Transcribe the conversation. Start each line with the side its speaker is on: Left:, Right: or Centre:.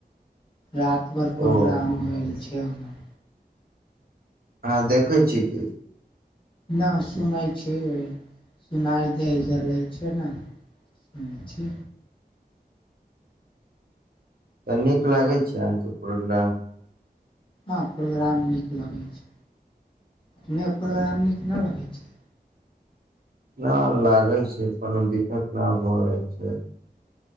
Left: रात भर प्रोग्राम
Right: ओ
Left: भेल छै। <unintelligible>
Right: आहा देखै छि कि?
Left: नहि सुनै छी सुनाइ देै छै ने, सुनैछी।
Right: तऽ नीक लागै छै, अहाँके प्रोग्राम?
Left: हँ प्रोग्राम नीक लगै छै, अपने प्रोग्राम नीक न लगै छै,।
Right: न लागै छै, कोनो दिक्कत न भ छै।